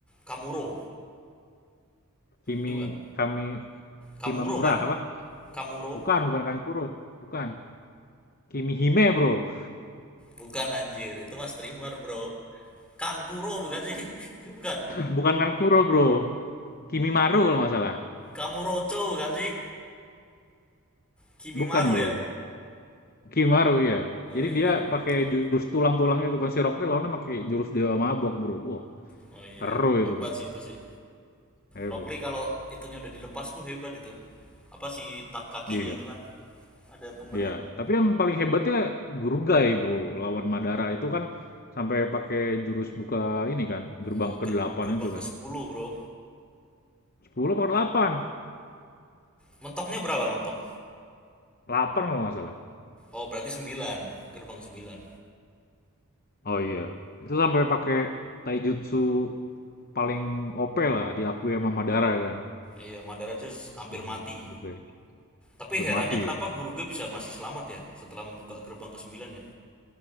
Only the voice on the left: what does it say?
Kimi
kami
Kimamura
apa?
Bukan, bukan Kankuro. Bukan. Kimihime, Bro.
<laughs> Bukan Kankuro, Bro. Kimimaru kalau nggak salah.
Bukan, Bro.
Kimaru ya.
Jadi
dia
pakai jurus tulang-tulang itu kan si Rockly lawannya pakai jurus dewa mabok, Bro. Wah,
seru
itu, Bro.
Hebat,
Bro.
Iya,
Iya, tapi yang paling hebatnya Gurugai, Bro. Lawan Madara itu kan sampai pakai jurus buka ini kan, gerbang
ke
delapan
itu kan.
sepuluh apa delapan,
delapan kalau nggak salah.
Oh iya. Itu sampai pakai taijutsu paling OP lah diakui sama Madara kan.
Si
Gurugai.
Hampir
ya.